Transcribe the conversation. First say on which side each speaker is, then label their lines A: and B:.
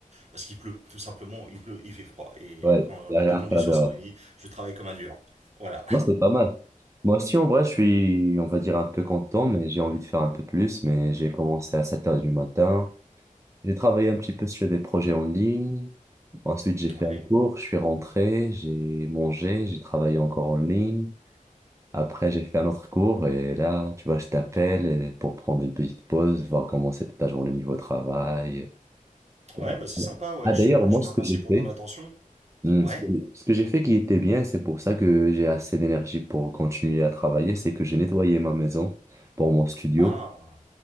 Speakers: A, on the right; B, on the right.
A: parce qu'il pleut tout simplement il pleut il fait froid et
B: ouais,
A: quand
B: il
A: les
B: y a rien
A: deux conditions
B: à faire dehors.
A: sont réunies je travaille comme un dur. Voilà.
B: Non, c'était pas mal. Moi aussi, en vrai, je suis, on va dire, un peu content, mais j'ai envie de faire un peu plus. Mais j'ai commencé à 7 heures du matin. J'ai travaillé un petit peu sur des projets en ligne. Ensuite, j'ai fait
A: Ouais.
B: un cours, je suis rentré, j'ai mangé, j'ai travaillé encore en ligne. Après, j'ai fait un autre cours et là, tu vois, je t'appelle euh, pour prendre une petite pause, voir comment c'était ta journée niveau travail,
A: Ouais,
B: Et après-
A: bah c'est sympa, ouais.
B: Ah, d'ailleurs,
A: Je,
B: moi,
A: je te
B: ce
A: remercie
B: que j'ai
A: pour
B: fait,
A: ton attention.
B: hmm,
A: Ouais.
B: ce que, ce que j'ai fait qui était bien, c'est pour ça que j'ai assez d'énergie pour continuer à travailler, c'est que j'ai nettoyé ma maison pour mon studio.
A: Ah.